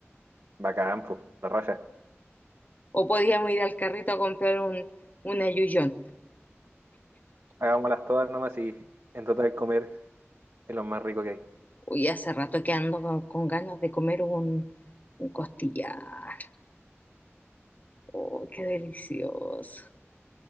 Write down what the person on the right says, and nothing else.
bacán, pues, la raja.
Hagámoslas todas nomás y en total comer es lo más rico que hay.